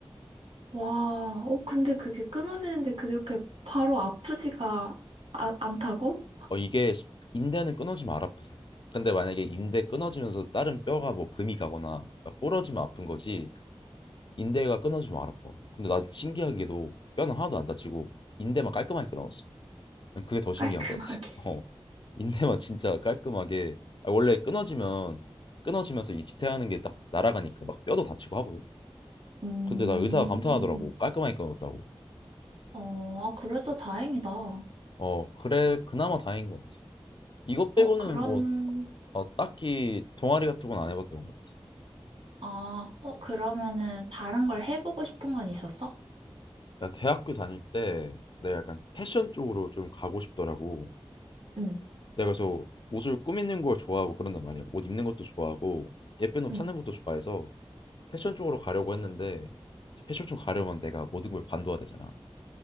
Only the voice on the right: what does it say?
와, 어, 근데 그게 끊어지는데 그렇게 바로 아프지가 아, 않다고?
깔끔하게.
음,
어, 아, 그래도 다행이다. 어,
그러면,
아, 어, 그러면은 다른 걸 해보고 싶은 건 있었어?
응,
응.